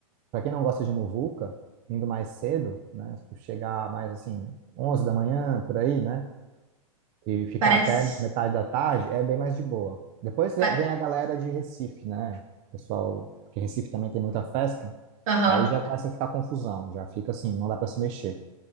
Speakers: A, on the right; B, on the right.
A: para quem não gosta de muvuca, indo mais cedo, né? Se tu chegar mais, assim, 11 da manhã, por aí, né? E ficar
B: Parece.
A: até metade da tarde, é bem mais de boa. Depois vem
B: pa-
A: vem a galera de Recife, né? Pessoal, porque Recife também tem muita festa.
B: Aham.
A: Aí já começa a ficar confusão, já fica assim, não dá para se mexer.